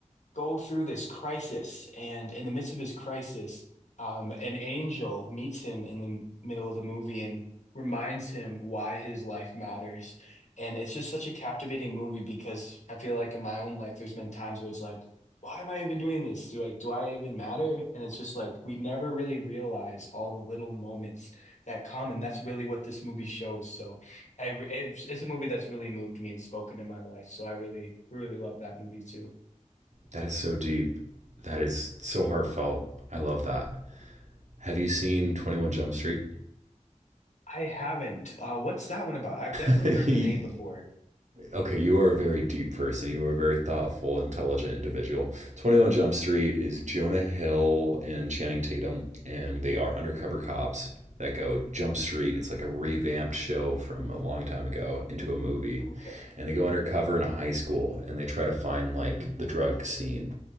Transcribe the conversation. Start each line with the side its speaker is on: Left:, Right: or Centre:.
Left: go through this crisis, and in the midst of his crisis, um, an angel meets him in the middle of the movie and reminds him why his life matters. And it's just such a captivating movie because I feel like in my own life, there's been times where it's like, why am I even doing this? Do like, do I even matter? And it's just like we never really realize all the little moments that come, and that's really what this movie shows. So, I re- it's, it's a movie that's really moved me and spoken in my life. So I really, really love that movie too.
Right: That is so deep. That is so heartfelt. I love that. Have you seen 21 Jump Street?
Left: I haven't. Uh, what's that one about? I've definitely
Right: <laughs>
Left: heard the name before.
Right: Okay, you are a very deep person. You are a very thoughtful, intelligent individual. 21 Jump Street is Jonah Hill and Channing Tatum, and they are undercover cops that go Jump Street. It's like a revamped show from a long time ago into a movie.
Left: Okay.
Right: And they go undercover in a high school and they try to find like the drug scene.